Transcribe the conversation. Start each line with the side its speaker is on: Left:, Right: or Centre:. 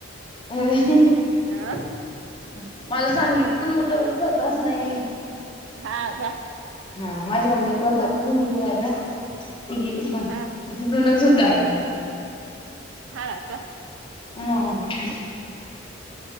Left: हम्म
Right: हा
Left: <inaudible> मला सांगितल कोणी उठव उठवतच नाही.
Right: हा का?
Left: हा माझी मम्मी पण जाते धुन धुवायला ती गेली पण.
Right: हा
Left: तिथूनच होत आहे.
Right: हा का.
Left: <unintelligible>